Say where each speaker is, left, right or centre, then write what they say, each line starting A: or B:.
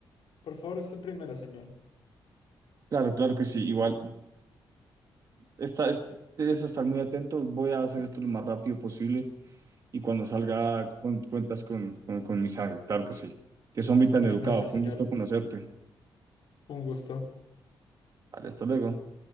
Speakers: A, on the left; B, on the right.
A: Por favor, usted primero, señor.
B: Claro, claro que sí. Igual, está, es, debes estar muy atento. Voy a hacer esto lo más rápido posible y cuando salga con, cuentas con, con, con mi sangre, claro que sí. Que son tan
A: Muchas
B: educados.
A: gracias,
B: Fue
A: señor.
B: un gusto conocerte.
A: Un gusto.
B: Vale, hasta luego.